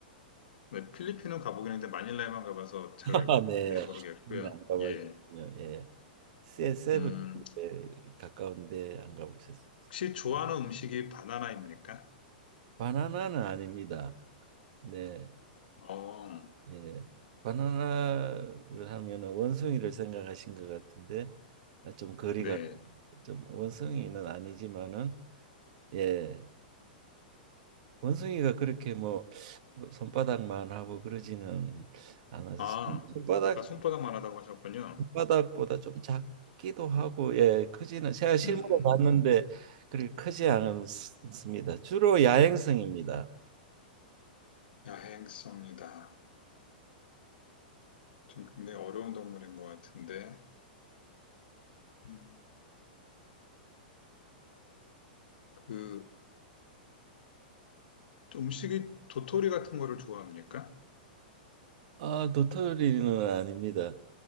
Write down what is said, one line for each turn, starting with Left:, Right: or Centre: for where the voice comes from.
Left: 네. 필리핀은 가보긴 했는데 마닐라에만 가봐서 잘,
Right: <laughs> 아, 네.
Left: 네, 모르겠고요.
Right: 네, 안 가보셨군요.
Left: 예.
Right: 예. 세- 세븐에
Left: 음,
Right: 가까운데 안 가보셨어요.
Left: 혹시 좋아하는 음식이 바나나입니까?
Right: 바나나는 아닙니다. 네.
Left: 어,
Right: 예. 바나나를 하면은 원숭이를 생각하신 것 같은데 아, 좀 거리가
Left: 네.
Right: 좀 원숭이는 아니지만은 예. 원숭이가 그렇게 뭐뭐 손바닥만 하고 그러지는 않아서
Left: 아,
Right: 손- 손바닥
Left: 아까 손바닥만 하다고 하셨군요.
Right: 손바닥보다 좀 작기도 하고 예, 크지는 제가 실물로
Left: 음,
Right: 봤는데 그렇게 크지 않습니다. 주로 야행성입니다.
Left: 야행성이다. 좀 굉장히 어려운 동물인 것 같은데, 음, 그 음식이 도토리 같은 거를 좋아합니까?
Right: 아, 도토리는 아닙니다.